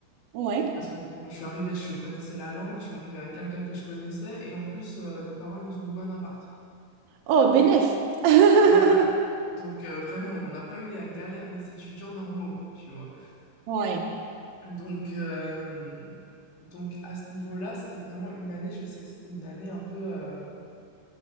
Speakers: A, on the right (about 70°); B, on the left (about 80°).
A: Ouais.
B: Parce que bon, je suis arrivée, je connaissais la langue, je suis arrivée avec quelqu'un que je connaissais, et en plus, euh, nos parents, ils nous ont loué un appart.
A: Oh, bénef! <laughs>
B: Ah voilà. Donc euh, vraiment, on n'a pas eu la galère des étudiants normaux, tu vois.
A: Ouais.
B: Donc, euh, donc à ce niveau-là, c'était vraiment une année, je sais que c'était une année un peu euh,